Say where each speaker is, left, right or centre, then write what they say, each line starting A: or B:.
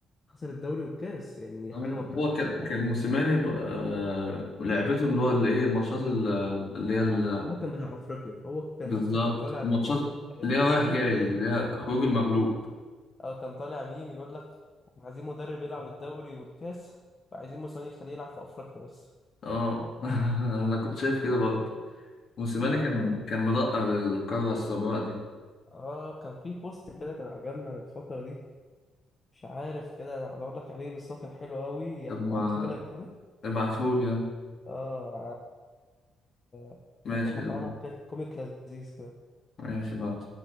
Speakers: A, on the left; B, on the left.
A: خسر الدوري والكاس يعني
B: آه،
A: حاجه ما بتحصلش
B: هو كان
A: في الاهلي
B: كان موسيماني ب- آه، لعبته اللي هو الايه الماتشات ال- اللي هي ال-
A: هو كان بتاع افريقيا هو كان
B: بالظبط
A: حتى كان طالع
B: الماتشات
A: م... يعني
B: اللي هي رايح
A: ميم
B: جاي اللي
A: ده يقول-
B: هي خروج المغلوب
A: اه كان طالع ميم يقول لك احنا عايزين مدرب يلعب الدوري والكاس فعايزين موسيماني يخليه يلعب في افريقيا بس
B: اه <laughs> انا كنت شايف كده برضه موسيماني
A: اه
B: كان كان مدقق للقارة السمراء دي
A: اه كان في بوست كده كان عجبني عن الفترة دي مش عارف كده انا هدور لك عليه بس هو كان حلو قوي
B: طب
A: هبعته
B: ما
A: لك كده
B: ابعتهولي يلا.
A: اه ع-
B: ماشي
A: يعني هتعرف
B: يلا
A: كده كوميك لذيذ كده
B: ماشي بعد